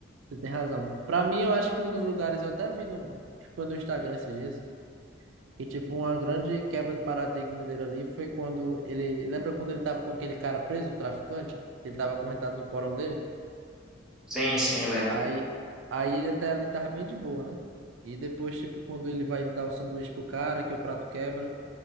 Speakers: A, on the right (about 75°); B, in the centre.
A: Você tem razão. Pra mim, eu acho que um dos lugares, eu até vi no, acho que foi no Instagram esses dias, E, tipo, uma grande quebra de paradigma dele ali foi quando ele. Lembra quando ele tava com aquele cara preso, o traficante? Ele tava acorrentado no porão dele?
B: Sim, sim, lembro.
A: Aí, aí ele até ali tava bem de boa, né? E depois, tipo, quando ele vai dar o sanduíche pro cara, que o prato quebra,